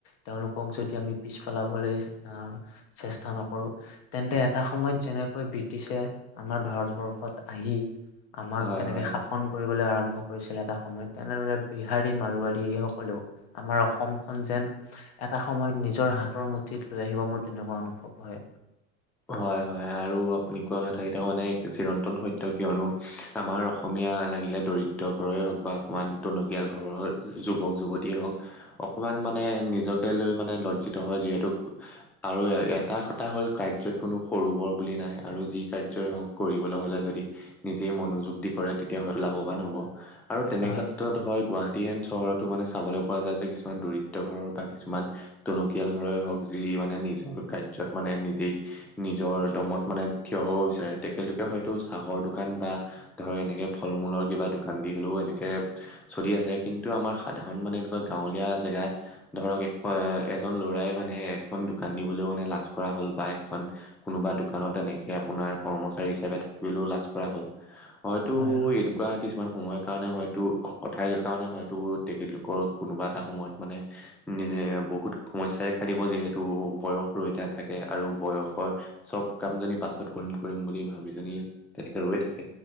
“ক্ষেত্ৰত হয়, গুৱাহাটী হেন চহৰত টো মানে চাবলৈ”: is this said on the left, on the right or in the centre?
Centre